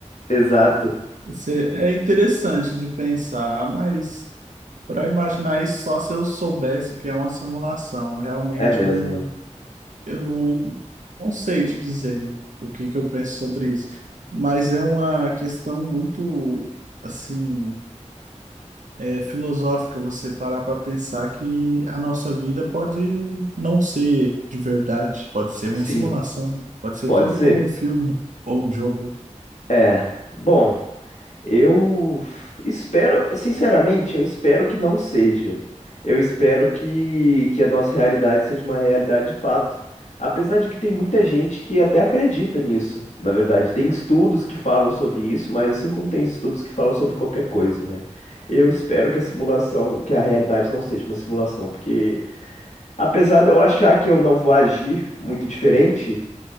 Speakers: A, on the left; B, on the right.
A: Exato.
B: Você- é é interessante de pensar, mas para imaginar isso só se eu soubesse que é uma simulação. Realmente
A: É mesmo.
B: eu não, eu não, não sei te dizer o que que eu penso sobre isso. Mas é uma questão muito, assim, é, filosófica você parar para pensar que a nossa vida pode não ser de verdade, pode ser uma
A: Sim,
B: simulação, pode ser
A: pode
B: tudo
A: ser.
B: como um filme ou um jogo.
A: É. Bom. Eu espero, sinceramente, eu espero que não seja. Eu espero que, que a nossa realidade seja uma realidade de fato. Apesar de que tem muita gente que até acredita nisso, na verdade. Tem estudos que falam sobre isso, mas assim como tem estudos que falam sobre qualquer coisa, né? Eu espero que a simulação, que a realidade não seja uma simulação, porque apesar de eu achar que eu não vou agir muito diferente,